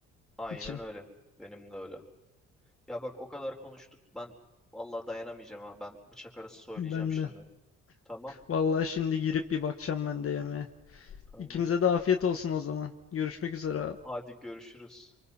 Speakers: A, in the centre; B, on the left.
A: Aynen
B: için.
A: öyle. Benim de öyle. Ya bak o kadar konuştuk. Ben vallahi dayanamayacağım ha. Ben bıçak arası söyleyeceğim
B: Ben
A: şimdi.
B: de.
A: Tamam.
B: Vallahi şimdi girip bir bakacağım ben de yemeğe.
A: Tamam.
B: İkimize de afiyet olsun o zaman. Görüşmek üzere abi.
A: Hadi görüşürüz.